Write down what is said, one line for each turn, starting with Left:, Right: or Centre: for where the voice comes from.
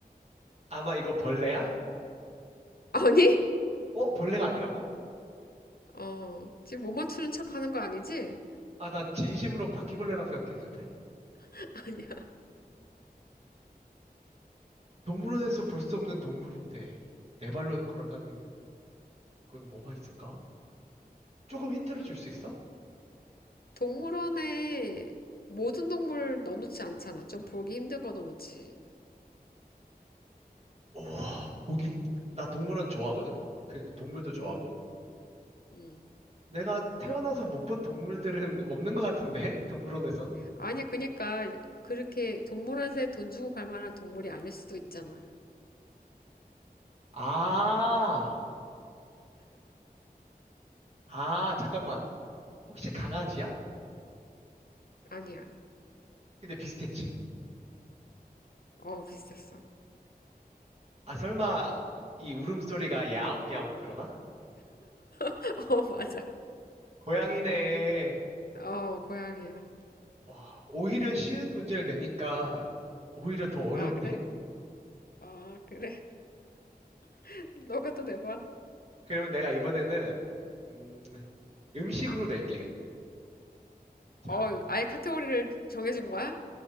Right: 아마 이거 벌레야?
Left: 아니?
Right: 어, 벌레가 아니라고?
Left: 어, 지금 못 맞추는 척 하는 거 아니지?
Right: 아, 나 진심으로 바퀴벌레라고 생각했는데?
Left: <laughs>
Right: 동물원에서 볼 수 없는 동물인데, 네 발로 걸어 다니는 건 뭐가 있을까? 조금 힌트를 줄 수 있어?
Left: 동물원에 모든 동물 넣어놓지 않잖아. 좀 보기 힘든 거 넣어놓지.
Right: 우와, 보기 힘, 나 동물원 좋아하거든? 그, 동물도 좋아하고?
Left: 어, 음.
Right: 내가 태어나서 못 본 동물들은 없는 것 같은데? 동물원에선?
Left: 아니, 그니까, 그렇게 동물원에서 돈 주고 갈 만한 동물이 아닐 수도 있잖아.
Right: 아, 아, 잠깐만. 혹시 강아지야?
Left: 아니야.
Right: 근데 비슷했지.
Left: 어, 비슷했어.
Right: 아, 설마, 이 울음소리가 야옹야옹 그러나?
Left: <laughs> 어, 맞아.
Right: 고양이네.
Left: 어, 고양이야.
Right: 와, 오히려 쉬운 문제를 내니까 오히려 더 어려운데?
Left: 아, 그래? 아, 그래? <laughs> 너가 또 내봐.
Right: 그러면 내가 이번에는 음, 음식으로 낼게. 자,
Left: 어, 아예 카테고리를 정해준 거야?